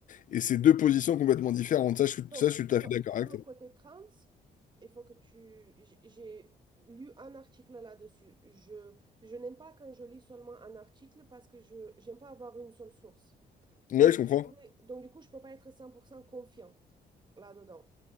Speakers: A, on the left; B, on the right.
A: Et c'est deux positions complètement différentes. Ça, je, suis-
B: Donc,
A: ça, je
B: sur,
A: suis tout à fait d'accord
B: sur
A: avec
B: le
A: toi.
B: côté trans, il faut que tu. J'ai j'ai lu un article là-dessus. Je, je n'aime pas quand je lis seulement un article parce que je j'aime pas avoir une seule source.
A: Ouais,
B: Mais
A: je comprends.
B: je trouvais- donc du coup, je peux pas être 100% confiante là-dedans.